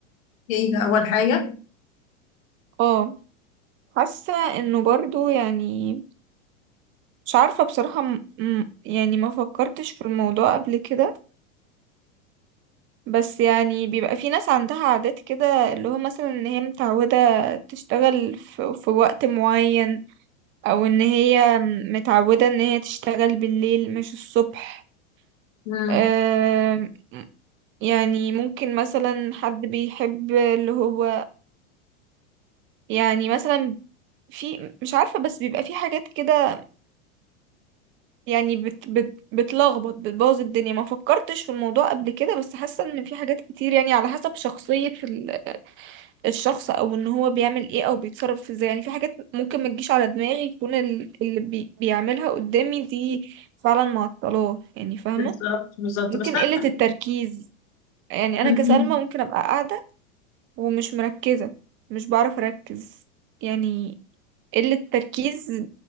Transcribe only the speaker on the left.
إيه ده أول حاجة؟
مم.
بالظبط بالظبط
بس أنا-
<laughs>
مم.